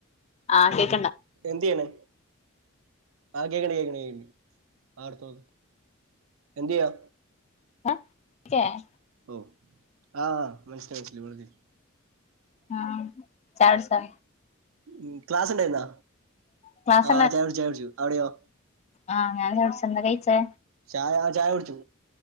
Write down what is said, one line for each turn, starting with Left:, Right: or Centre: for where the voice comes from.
Left: <unintelligible>
Right: എന്തിയേണ് <unintelligible> എന്തെയ്യാ
Left: <unintelligible>
Right: ഓ <unintelligible> ആ മനസ്ലായ് <unintelligible>
Left: <unintelligible> ആ ചായടിച്ചാ
Right: ഉം ക്ലാസ്ണ്ടായിര്ന്ന
Left: ക്ലാസ്
Right: ആ ചായുടിച്ച് ചായുടിച്ചു അവിടെയോ
Left: ആ ഞാൻ ചായുടിച്ച് എന്താ കയ്ച്ചേ
Right: ആ ഞാൻ ചായ കുടിച്ചു